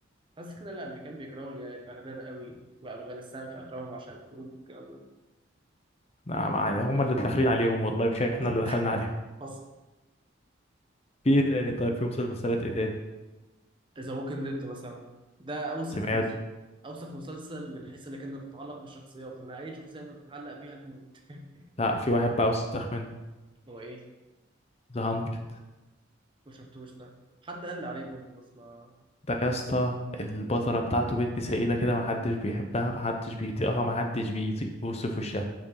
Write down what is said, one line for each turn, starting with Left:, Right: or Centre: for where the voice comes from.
Right: حاسس كده لا، الامريكان بيكرهوا الي- بغداد قوي وافغانستان في افراحهم عشان الحروب والكلام ده
Left: نعم يعني هم اللي داخلين عليهم والله مش احنا
Right: <laughs>
Left: اللي دخلنا عليهم
Right: حصل
Left: في ايه تاني طيب في مسلسلات ايه تاني
Right: ذا ووكينج ديد مثلا ده اوسخ
Left: سمعت
Right: مس... اوسخ مسلسل من حيث انك انت تتعلق بالشخصيات ان اي شخصيه انت بتتعلق بيها هتموت <laughs>
Left: لا
Right: يعني
Left: في
Right: كده
Left: واحد بقى وسخ منه
Right: هو ايه
Left: ذا 100
Right: ما شفتوش ده حد قال لي عليه برضه بس ما
Left: ده يا اسطى البذرة بتاعته بنت سائلة كده محدش بيحبها محدش بيطيقها محدش بيطيق بص في وشها